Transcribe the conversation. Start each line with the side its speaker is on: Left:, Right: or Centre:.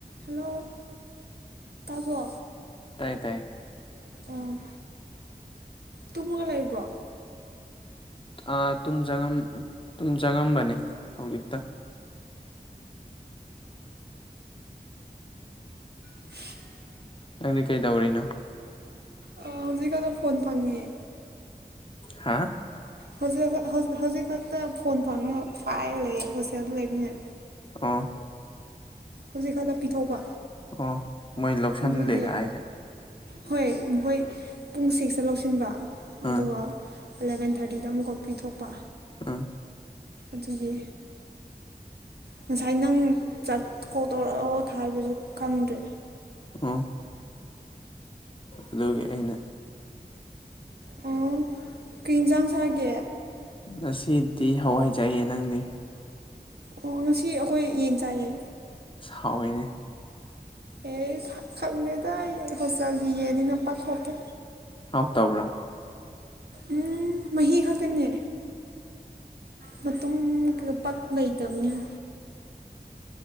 Right: hello ꯇꯕ꯭ꯔꯣ
Left: ꯇꯥꯏꯌꯦ ꯇꯥꯏꯌꯦ
Right: ꯎꯝ ꯇꯨꯝꯃꯒ ꯂꯩꯕ꯭ꯔꯣ
Left: ꯑꯥ ꯇꯨꯝ ꯆꯪꯉꯝ ꯇꯨꯝ ꯆꯪꯉꯝꯕꯅꯤ ꯍꯧꯖꯤꯛꯇ
Right: <inaudible>
Left: ꯅꯪꯗꯤ ꯀꯩꯗꯧꯔꯤꯅꯣ
Right: ꯑ ꯍꯧꯖꯤꯛ ꯈꯗ ꯐꯣꯟ ꯐꯪꯉꯤꯌꯦ
Left: ꯍꯥꯥ
Right: ꯍꯧꯖꯤ ꯍꯧꯖꯤꯛ ꯍꯧꯖ ꯍꯧꯖꯤꯛ ꯈꯛꯇ ꯐꯣꯟ ꯐꯪꯉꯦ ꯄꯥꯏꯔꯒ ꯂꯩꯌꯦ ꯍꯣꯁꯇꯦꯜꯗ ꯂꯩꯕꯅꯤꯅ
Left: ꯑꯣ
Right: ꯍꯨꯖꯤꯛ ꯈꯛꯇ ꯄꯤꯊꯣꯛꯄ
Left: ꯑꯣ ꯃꯣꯏ ꯂꯧꯁꯤꯟ
Right: ꯑꯗꯨꯒꯤ
Left: ꯂꯤꯔꯥ ꯍꯥꯏꯁꯦ
Right: ꯍꯣꯏ ꯃꯍꯣꯏ ꯄꯨꯡ ꯁꯤꯛꯁꯇ ꯂꯧꯁꯤꯟꯕ
Left: ꯎꯝ
Right: ꯑꯗꯨꯒ ꯑ ꯑꯦꯜꯂꯕꯦꯟ ꯊꯥꯔꯇꯤꯗ ꯑꯃꯨꯛꯀ ꯄꯤꯊꯣꯛꯄ
Left: ꯎꯝ
Right: ꯑꯗꯨꯒꯤ ꯉꯁꯥꯏ ꯅꯪ ꯆꯥꯠ ꯀꯣꯜ ꯇꯧꯔꯛꯑꯣ ꯊꯥꯏꯕꯁꯨ ꯈꯪꯗ꯭ꯔꯦ
Left: ꯑꯝ ꯑꯗꯨꯒꯤ ꯑꯩꯅ
Right: ꯑꯣ ꯀꯩ ꯑꯦꯟꯖꯥꯡ ꯆꯥꯒꯦ
Left: ꯉꯁꯤꯗꯤ ꯍꯋꯥꯏ ꯆꯥꯏꯌꯦ ꯅꯪꯗꯤ
Right: ꯑꯣ ꯉꯁꯤ ꯑꯈꯣꯏ ꯌꯦꯟ ꯆꯥꯏꯌꯦ
Left: ꯁꯍꯥꯎꯋꯦꯅꯦ
Right: ꯑꯦꯁ ꯈꯪꯗꯦꯗ ꯑꯩ ꯍꯣꯁꯇꯦꯜꯒꯤ ꯌꯦꯟꯅꯤꯅ <unintelligible>
Left: ꯍꯥꯎ ꯇꯕ꯭ꯔꯥ
Right: ꯎꯝ ꯃꯍꯤ ꯈꯛꯇꯪꯅꯦ ꯃꯇꯨꯝꯀ ꯄꯥꯛ ꯂꯩꯇꯕꯅꯤ